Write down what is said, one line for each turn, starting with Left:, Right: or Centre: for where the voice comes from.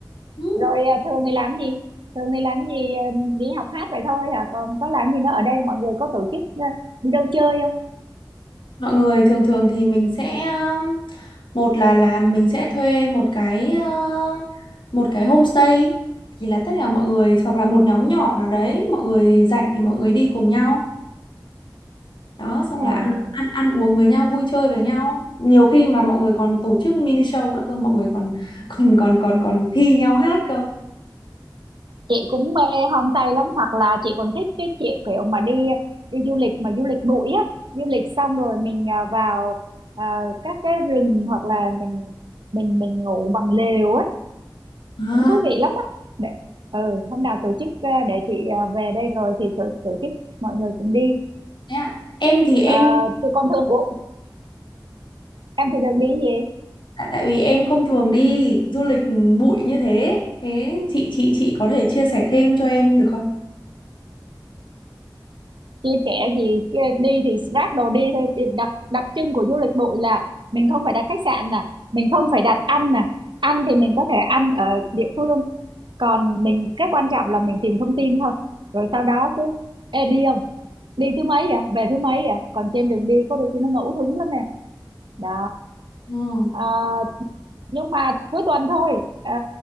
Left: Ừ,
Right: rồi à, thường thì làm gì thường thì làm gì à, đi học hát vậy thôi hả còn có làm gì nữa ở đây mọi người có tổ chức à, đi đâu chơi không
Left: mọi người thường thường thì mình sẽ um, một là là mình sẽ thuê một cái uh, một cái homestay thì là tất cả mọi người hoặc là một nhóm nhỏ nào đấy mọi người rảnh thì mọi người đi cùng nhau đó xong
Right: à
Left: là ăn ăn ăn uống với nhau vui chơi với nhau nhiều khi mà mọi người còn tổ chức mini show nữa cơ mọi người còn <laughs> còn còn còn còn thi nhau hát cơ
Right: chị cũng mê homestay lắm hoặc là chị còn thích cái kiểu kiểu mà đi đi du lịch mà du lịch bụi á du lịch xong rồi mình à, vào à, các cái rừng hoặc là mình mình mình ngủ bằng lều á
Left: à,
Right: cũng thú vị lắm á để ừ hôm nào tổ chức à, để chị à, về đây rồi thì tổ, tổ chức mọi người cùng đi
Left: thế à. em thì em
Right: à, tụi con thường ủa, em thì thường đi cái gì
Left: tại tại vì em không thường đi du lịch bụi như thế thế chị chị chị có thể chia sẻ thêm cho em được không
Right: chia sẻ gì chia- đi thì ráp đồ đi thôi Thì đặc đặc trưng của du lịch bụi là mình không phải đặt khách sạn nè mình không phải đặt ăn nè ăn thì mình có thể ăn ở địa phương còn mình cái quan trọng là mình tìm thông tin thôi rồi sau đó cứ Ê, đi không đi thứ mấy à về thứ mấy à còn trên đường đi có đôi khi nó ngẫu hứng lắm nè đó
Left: ừ.
Right: à, nhưng mà cuối tuần thôi à,